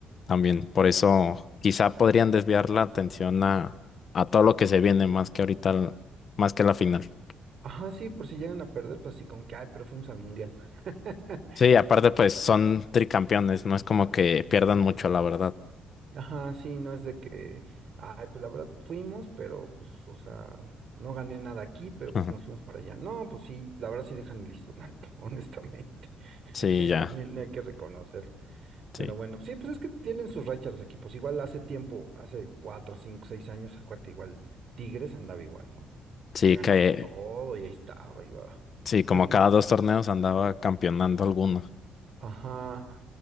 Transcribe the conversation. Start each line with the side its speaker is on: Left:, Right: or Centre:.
Left: también por eso quizá podrían desviar la atención a, a todo lo que se viene más que ahorita, al- más que la final.
Right: Ajá, sí, por si llegan a perder, pues sí, con que, ay, pero fuimos al mundial. <laughs>
Left: Sí, aparte pues son tricampeones, no es como que pierdan mucho, la verdad.
Right: Ajá, sí, no es de que, ay, pues la verdad fuimos, pero pues, o sea, no gané nada aquí, pero
Left: Ujú.
Right: pues nos fuimos para allá. No, pues sí, la verdad sí dejan el listón alto, <laughs> honestamente.
Left: Sí,
Right: <laughs>
Left: ya,
Right: También hay que reconocerlo. Pero
Left: sí.
Right: bueno, sí, pues es que tienen sus rachas los equipos. Igual hace tiempo, hace cuatro, cinco, seis años, acuérdate, igual Tigres andaba igual, ¿no?
Left: Sí,
Right: Que ganaba
Left: que
Right: todo y ahí estaba, iba.
Left: sí,
Right: <laughs>
Left: como cada dos torneos andaba campeonando alguno.
Right: Ajá.